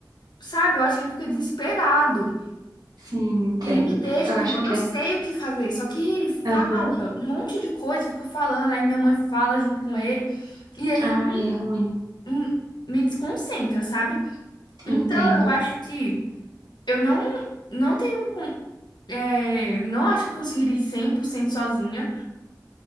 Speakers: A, on the left; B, on the right.
A: sabe, eu acho que ele fica desesperado.
B: Sim, entendo.
A: E ele me deixa
B: Eu acho
A: nervosa,
B: que
A: eu
B: é.
A: sei o que fazer, só que ele fala
B: Aham.
A: um monte de coisa, fica falando, aí minha mãe fala junto com ele, e aí
B: Ah,
A: me,
B: é ruim.
A: hum, me desconcentra, sabe? Então
B: Entendo.
A: eu acho que eu não, não tenho, con- é, não acho que eu conseguiria ir 100% sozinha,